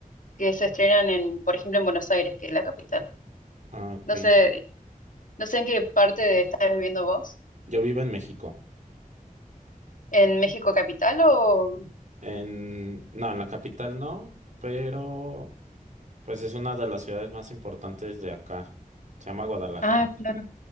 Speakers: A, on the left (about 60°); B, on the right (about 55°).
A: que se estrenan en, por ejemplo, en Buenos Aires, que es la capital.
B: Ah, ok.
A: No sé, no sé en qué parte estás viviendo vos.
B: Yo vivo en México.
A: ¿En México capital o...?
B: En, no, en la capital no, pero Pues es una de las ciudades más importantes de acá. Se llama Guadalajara.
A: Ah, claro.